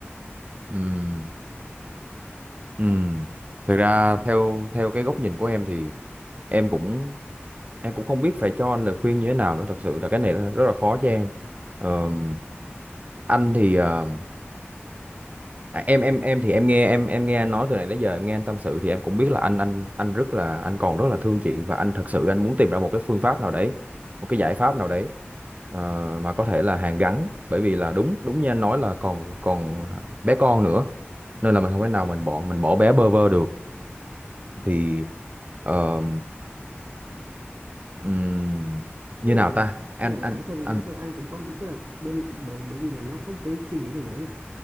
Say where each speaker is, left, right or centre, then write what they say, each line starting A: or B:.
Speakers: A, on the right (about 35°); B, on the right (about 60°).
A: ừ ừ thực ra theo theo cái góc nhìn của em thì em cũng em cũng không biết phải cho anh lời khuyên như thế nào nữa thật sự là cái này là rất là khó cho em Ờm, anh thì ờ, À, em em em thì em nghe em em nghe anh nói từ này tới giờ em nghe anh tâm sự thì em cũng biết là anh anh anh rất là anh còn rất là thương chị và anh thật sự anh muốn tìm ra một cái phương pháp nào đấy một cái giải pháp nào đấy ờ, mà có thể là hàn gắn bởi vì là đúng đúng như anh nói là còn còn bé con nữa nên là mình không thể nào mình bỏ mình bỏ bé bơ vơ được thì ờ, ừm, như
B: với lại
A: nào
B: là
A: ta anh
B: với lại là
A: anh
B: bản thân
A: anh
B: bản thân anh cũng có tức là bên bởi, bởi vì là nó có một cái suy nghĩ này nữa nè